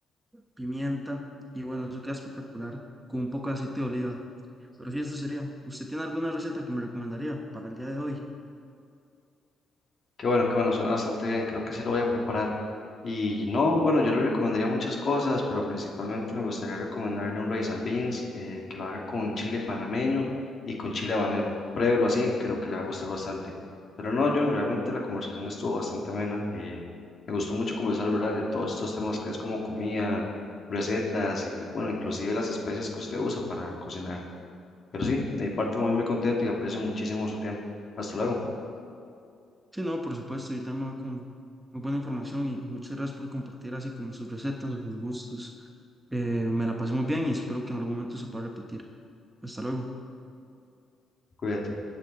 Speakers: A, on the right (about 15°); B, on the left (about 40°).
A: pimienta. Y bueno, eso queda espectacular con un poco de aceite de oliva. Pero sí, eso sería. ¿Usted tiene alguna receta que me recomendaría para el día de hoy?
B: Qué bueno, qué bueno, suena bastante bien, creo que sí lo voy a preparar. Y no, bueno, yo le recomendaría muchas cosas, pero principalmente me gustaría recomendarle un rice and beans, eh, que lo haga con chile panameño y con chile habanero. Pruébelo así, creo que le va a gustar bastante. Pero no, John, realmente la conversación estuvo bastante amena. eh, me gustó mucho conversar, ¿verdad? De todos estos temas que es como comida, recetas y, bueno, inclusive las especias que usted usa para cocinar. Pero sí, de mi parte muy, muy contento y aprecio muchísimo su tiempo. Hasta luego,
A: Sí, no, por supuesto, yo también voy con muy buena información y muchas gracias por compartir así como sus recetas, sus gustos. Eh, me la pasé muy bien y espero que en algún momento se pueda repetir. Hasta luego.
B: cuídate.